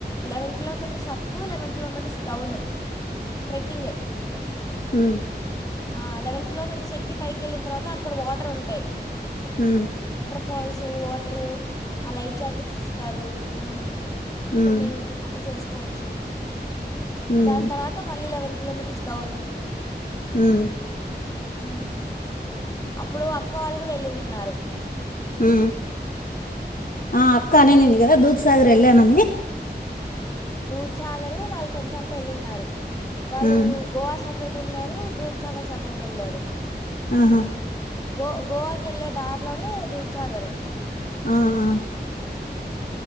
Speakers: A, on the left; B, on the left.
A: లెవెన్ కిలోమీటర్స్ అప్పు లెవెన్ కిలోమీటర్స్ డౌన్ ట్రెకింగ్
B: ఉ
A: ఆ లెవెన్ కిలోమీటర్స్ ఎక్కి పైకెళ్ళిన తర్వాత అక్కడ వాటరుంటాయి
B: ఉ
A: ఫాల్స్ వాటర్ ఆ లైఫ్జాకెట్స్ ఇస్తారు మనం
B: ఉమ్
A: స్విమ్మింగ్ అంతా చేసుకోవచ్చు
B: ఉమ్
A: దాని తర్వాత మళ్ళీ లెవెన్ కిలోమీటర్స్ డౌన్
B: ఉమ్
A: ఉ అప్పుడు అక్క వాళ్ళు కూడా వెళ్ళినిన్నారు
B: ఉ ఆ అక్క అనినింది కదా దూత్సాగర్ ఏళ్ళానని
A: దూత్సగరు వాళ్ళ ఫ్రెండ్స్ అంతా ఎళ్ళిన్నారు వాళ్ళు
B: ఉమ్
A: గోవా స సప్రేట్ వెళ్ళారు దూత్సాగర్ సప్రేట్ ఎళ్ళారు
B: ఆహా
A: గో-గోవాకేళ్ళే దార్లోనే దూత్సాగర్
B: ఆ ఆ